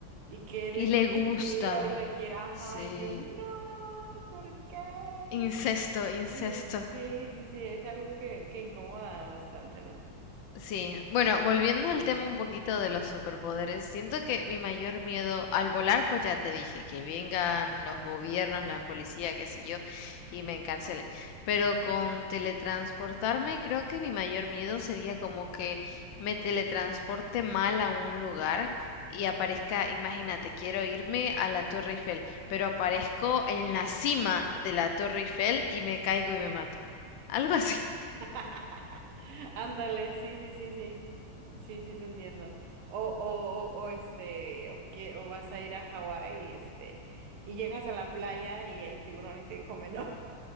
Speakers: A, on the right; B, on the left.
A: y que le
B: Y le
A: coquetea
B: gusta.
A: y le quiere, ajá,
B: Sí.
A: y yo, no, ¿por qué?
B: Incesto, incesto.
A: Eh, Sí, sí, sí, es algo que, que incomoda bastante, ¿no?
B: Sí, bueno, volviendo al tema un poquito de los superpoderes, siento que mi mayor miedo al volar, pues ya te dije, que vengan los gobiernos, la policía, qué sé yo, y me encarcelen. Pero con teletransportarme, creo que mi mayor miedo sería como que me teletransporte mal a un lugar y aparezca, imagínate, quiero irme a la Torre Eiffel, pero aparezco en la cima de la Torre Eiffel y me caigo y me mato. Algo así.
A: <laughs> Ándale, sí, sí, sí, sí. Sí, sí, te entiendo. O, o, o, o, este, o que, o vas a ir a Hawái y este, y llegas a la playa y hay un tiburón y te come, ¿no?